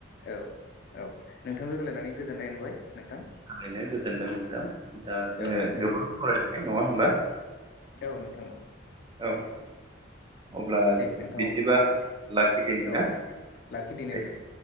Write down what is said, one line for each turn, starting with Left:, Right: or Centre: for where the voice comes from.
Left: औ औ नोंथांजों रायलायनानै गोजोननाय मोनबाय नोंथां
Right: थारैनो गोजोनदों नोंथां दा जोङो
Left: औ नोंथां
Right: गोबां
Left: औ
Right: खावलायबाय नङा होमबा
Left: औ नोंथां औ
Right: औ अब्ला
Left: दे नोंथां
Right: बिदिबा
Left: अब्ला औ
Right: लाखिदिनि
Left: औ
Right: ना
Left: नोंथां लाखिदिनि
Right: दे
Left: नोंथां